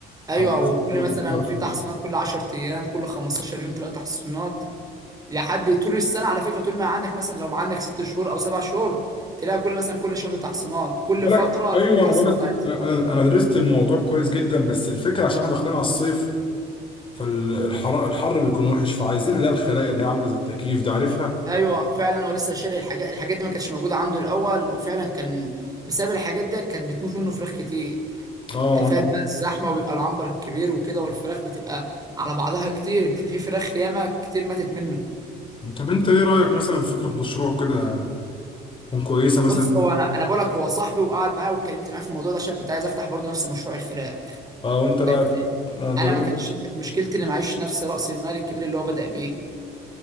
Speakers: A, on the right; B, on the left.
A: ايوه
B: على
A: وكل
B: حسب برضه
A: مثلا
B: الفرخة
A: في تحصينات كل 10 ايام كل 15 يوم تلاقي تحصينات لحد طول السنه على فكره طول ما عندك مثلا لو عندك ست شهور او سبع شهور تلاقي كل مثلا كل شهر تحصينات كل
B: بالك
A: فتره لها
B: أيوه
A: التحصينات
B: أنا بقولك
A: بتاعتها
B: لا، أنا أنا درست الموضوع كويس جدا بس الفكرة عشان احنا داخلين على الصيف فالحر الحر بيكون وحش فعايزين اللي هي الخلايا اللي هي عاملة زي التكييف دي عارفها؟
A: ايوه فعلا هو لسه شاري الحاجات الحاجات دي ما كانتش موجوده عنده الاول وفعلا كان بسبب الحاجات دي كانت بتموت منه فراخ كتير
B: اه
A: انت
B: وانا
A: فاهم بقى الزحمه وبيبقى العنبر الكبير وكده والفراخ بتبقى على بعضها كتير ففي فراخ ياما كتير ماتت منه
B: طب انت ايه رأيك مثلا في فكرة مشروع كده تكون كويسة مثلا
A: بص هو انا انا بقول لك هو صاحبي وقعد معايا واتكلمت معاه في الموضوع ده عشان كنت عايز افتح برضه نفس مشروع الفراخ
B: اه وانت بقى
A: بس
B: آه، دلوقتي
A: انا ما كانش كانت مشكلتي اني معيش نفس راس المال الكبير اللي هو بدأ بيه